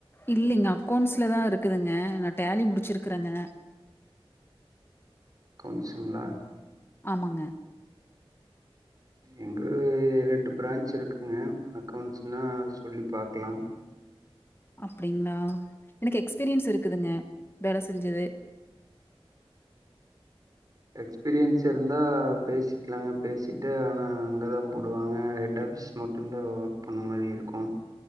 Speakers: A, on the left; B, on the right.
A: இல்லைங்க அக்கௌன்ஸ்லதா இருக்குதுங்க நட் ஃடேலி முடிச்சுருக்குறங்க
B: கவுன்சுங்களா
A: ஆமாங்க
B: எங்கள ஏழு எட்டு ப்ரான்ச் இருக்குங்க அக்கௌன்ஸ்ன்னா சொல்லி பாக்கலாம்
A: அப்டிங்களா எனக்கு எக்ஸ்பீரியன்ஸ் இருக்குதுங்க வேல செஞ்சது
B: எக்ஸ்பீரியன்ஸ் இருந்தா பேசிக்கலாங்க பேசிட்டு ஆனா அங்கதா போடுவாங்க ஹெட் ஆபீஸ் மட்டும்தா ஒர்க் பண்ண மாரி இருக்கும்